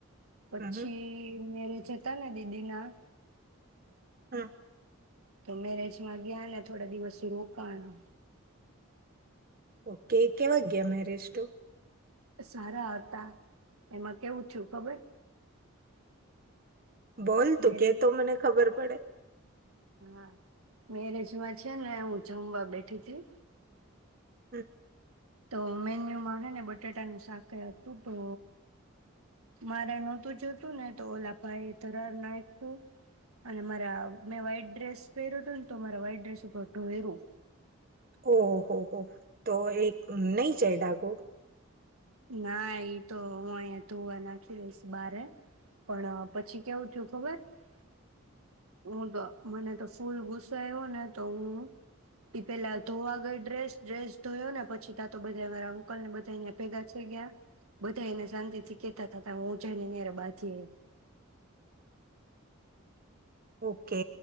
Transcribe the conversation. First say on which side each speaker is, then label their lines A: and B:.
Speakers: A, on the right; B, on the right.
A: પછી
B: હ
A: મેરે જ તા ને દીદી ના
B: હમ્મ
A: તો મેરેજમાં ગ્યાને થોડા દિવસ રોકાણા
B: ઓકે કેવા ગયા મેરેજ ટુ?
A: સારા હતા એમાં કેવું <unintelligible> ખબર.
B: બોલ તું
A: મેરેજ
B: કે તો મને ખબર પડે.
A: હા મેરેજમાં છે, ને હું જમવા બેઠીતી.
B: હમ્મ
A: તો મેન્યુમાં હેને બટાટાનું શાકય હતું તો મારે નહોતું જોતું ને તો ઓલા ભાઈ ધરાર નાઈખું અને મારા મેં વાઈટ ડ્રેસ પહેર્યું હતું ને તો મારા વાઈટ ડ્રેસ ઉપર ઢોઈરૂ.
B: ઓહ હો હો તો એક નઈ જય ડાગો.
A: ના ઈ તો હું અહીયા ધોવા નાખી દઈશ બારે પણ પછી કેવું <unintelligible> ખબર. <inaudible> હું તો મને તો ફૂલ ગુસ્સો આઈવો ને તો હું ઈ પેલા ધોવા ગઈ ડ્રેસ ડ્રેસ ધોયો ને પછી ત તો બધા મારા અંકલને બધા <unintelligible> ભેગા થઈ ગયા બધા એને શાંતિથી કેતા તાતા હું જઈને એનિહારે બાજી
B: ઓકે